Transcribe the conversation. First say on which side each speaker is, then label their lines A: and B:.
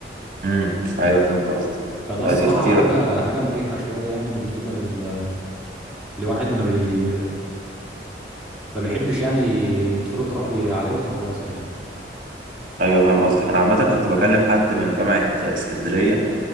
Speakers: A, on the right (about 50°); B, in the centre.
A: امم أيوه فهمت قصدك
B: فده الصراحة
A: لا دي خطيرة
B: حاجة
A: جدا
B: حاجة مريحة شوية يعني بالنسبة لل الواحد ما بي ما بيحبش يعني يتفرض رأي عليه وخلاص يعني
A: أيوه فاهم قصدك أنا عامة كنت بكلم حد من جامعة اسكندرية